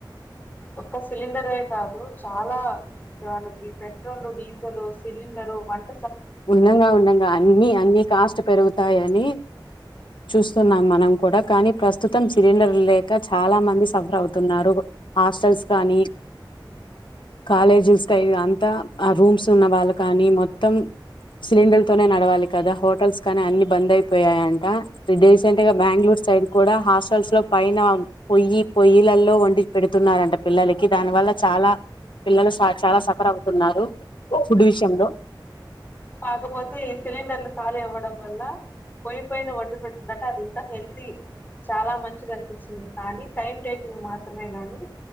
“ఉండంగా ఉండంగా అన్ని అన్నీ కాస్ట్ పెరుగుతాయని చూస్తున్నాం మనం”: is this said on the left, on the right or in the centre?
Left